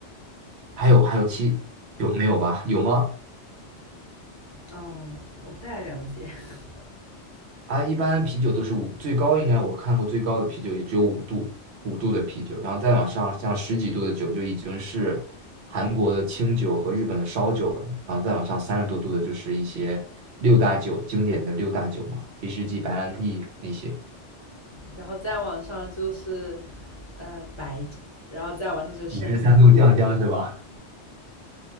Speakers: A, on the right; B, on the left.
A: 还有还有七，
B: 有，
A: 有没有吧？有吗？
B: 嗯，我不太了解。<laughs>
A: 啊，一般啤酒都是五，最高应该我看过最高的啤酒也只有五度，五度的啤酒，然后再往上像十几度的酒就已经是韩国的清酒和日本的烧酒了，然后再往上三十多度的就是一些六大酒，经典的六大酒嘛，威士忌、白兰地那些，
B: 然后再往上就是呃白酒，然后再往上就是生米。
A: 五十三度酱香是吧？